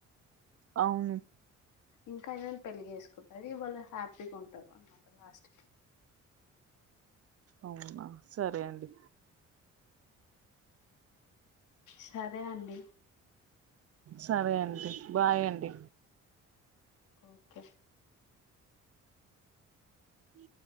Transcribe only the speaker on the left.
ఇంకా ఏదైనా పెళ్లిగ వేసుకుంటుది వాళ్ళు హ్యాపీగా ఉంటారు అన్నమాట లాస్ట్ కి
సరే అండి
ఓకే